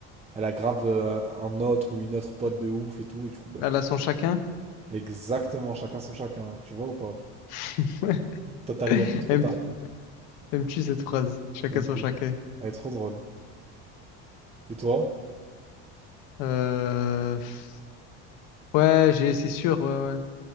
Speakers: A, on the right; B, on the left.
A: elle aggrave euh, un autre ou une autre pote de ouf et tout, et du coup, bah,
B: à la son chacun.
A: exactement, chacun son chacun, tu vois ou pas?
B: <laughs>
A: Toi, t'arrives un peu trop
B: Aime-
A: tard, quoi.
B: Aimes-tu cette phrase? Chacun
A: Un peu.
B: son chacun.
A: Elle est trop drôle. Et toi?
B: Euh, pff, ouais, j'ai, c'est sûr, ouais, ouais.